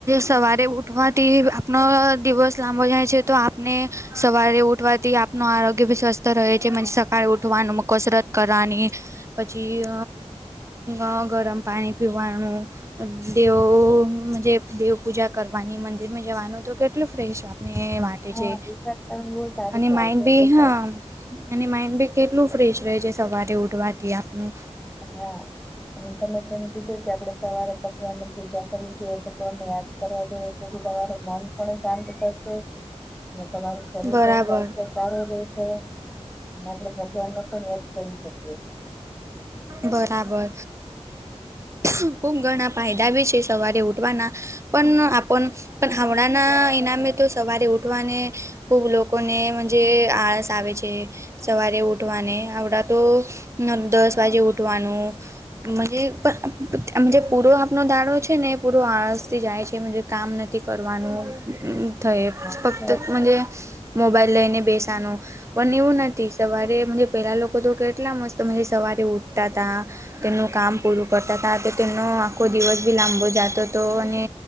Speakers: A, on the right; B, in the centre.
A: સવારે ઉઠવાથી આપનો દિવસ <unintelligible> જાય તો આપને સવારે ઉઠવાથી આપનું આરોગ્ય ભી સ્વસ્થ રહે છે સફાઈ ઉઠવાનું કસરત કરવાની પછી અ ગરમ પાણી પીવાનું અ દેવો દેવ પૂજા કરવાની મંદિરમાં જવાનું તો કેટલું ફ્રેશ ને માટે
B: હા
A: છે
B: એ વાત તમે બહુ સારી
A: અને
B: કરી
A: માઇન્ડ
B: છે
A: બી
B: એટલે
A: હા અને માઇન્ડ બી કેટલું ફ્રેશ રહે છે સવારે ઉઠવાથી આપનું
B: હ... અને તમે જેમ કીધું કે આપણે સવારે ભગવાનની પૂજા કરવી જોઈએ ભગવાન તો <unintelligible> કરવા જોયે જેથી તમારું મન પણ શાંત થશે અને તમારું શરીર
A: બરાબર
B: પણ સ્વાસ્થ સારું રહે છે અને આપણે ભગવાનને પણ યાદ કરી શકીએ.
A: બરાબર <unintelligible> ખુબ ઘણા ફાયદા બી છે સવારે ઉઠવાના પણ આપણ પણ હમણાં ના ઈનામે તો સવારે ઉઠવાને બહુ લોકોને જે આળસ આવે છે. સવારે ઉઠવાને આવડા તો નવ-દસ વાગે ઉઠવાનું. <unintelligible> પૂરો આપનો દાડો છે ને પૂરો આળસથી જાય છે કામ નથી કરવાનું <inaudible> ફક્ત
B: હા બરાબર.
A: <unintelligible> મોબાઈલ લઈને બેસાનું પણ એવું નથી સવારે એમ જે પેલા લોકો તો કેટલા મસ્ત <unintelligible> સવારે ઉઠતા તા તેમનું કામ પૂરું કરતા તા તો તેમનો આખો દિવસ બી લાંબો જાતો તો અને